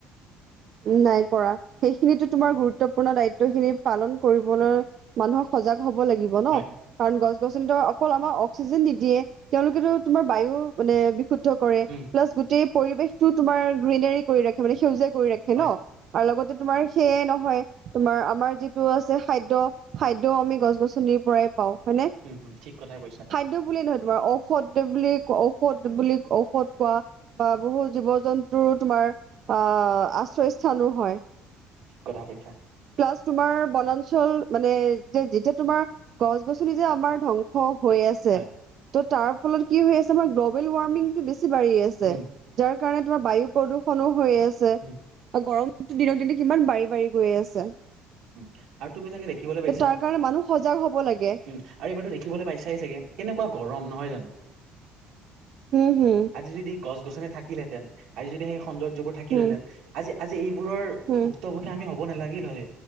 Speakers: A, on the right (about 50°); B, on the right (about 75°).
A: উম, নাই কৰা। সেইখিনিটো তোমাৰ গুৰুত্বপূৰ্ণ দায়িত্বখিনি পালন কৰিবলৈ মানুহ সজাগ হ'ব লাগিব ন'?
B: হয়
A: কাৰণ গছ-গছনিতো অকল আমাক অক্সিজেন নিদিয়ে। তেওঁলোকেতো তোমাৰ বায়ু মানে বি শুদ্ধ কৰে।
B: উম
A: প্লাছ গোটেই পৰিৱেশটো তোমাৰ গ্ৰীনেৰী কৰি ৰাখে মানে, সেউজীয়া কৰি ৰাখে
B: হয়
A: ন'? আৰু লগতে তোমাৰ সেয়াই নহয়। তোমাৰ আমাৰ যিটো আছে খাদ্য খাদ্যয় আমি গছ, - গছনিৰ পৰাই পাওঁ হয়নে।
B: উম হম ঠিক কথা কৈছা।
A: খাদ্য বুলিয়ে নহয় তোমাৰ ঔষধ, বুলি ক ঔষধ বুলি ঔষধ কোৱা- বা বহু জীৱ -জন্তুৰো তোমাৰ আহ আশ্ৰয়স্থলো হয়।
B: কথা কৈছা।
A: প্লাছ তোমাৰ বনাঞ্চল মানে যে যেতিয়া তোমাৰ গছ- গছনি যে আমাৰ ধ্বংস - অ হৈ আছে
B: হয়
A: ত' তাৰ ফলত কি হৈ আছে আমাৰ গ্ল'বেল ৱাৰ্মিং টো বেছি বাঢ়ি আছে।
B: উম
A: যাৰ কাৰণে তোমাৰ বায়ু, প্ৰদূষণো হৈ আছে
B: উম
A: গৰম- দিনক দিনে কিমান বাঢ়ি বাঢ়ি গৈয়ে আছে।
B: উম আৰু তুমি চাগে দেখিবলৈ
A: ত'
B: পাইছা
A: তাৰ
B: উম।
A: কাৰণে মানুহ সজাগ হব লাগে
B: আৰু এইবাৰো দেখিবলৈ পাইছাই চাগে কেনেকুৱা গৰম নহয় জানো।
A: উম হুম
B: আজি যদি গছ- গছনি থাকিলহেতেন আজি যদি সেই সৌন্দৰ্যবোৰ থাকিলহেঁতেন
A: হম
B: আজি আজি এইবোৰৰ।
A: হম
B: ভুক্তভোগী আমি হ'ব নালাগিল হয়